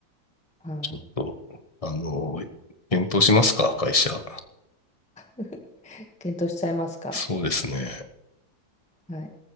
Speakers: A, in the centre; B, on the left (about 30°).
A: はい。
B: ちょっと、あの、検討しますか、会社。
A: <laughs> 検討しちゃいますか。
B: そうですね。
A: はい。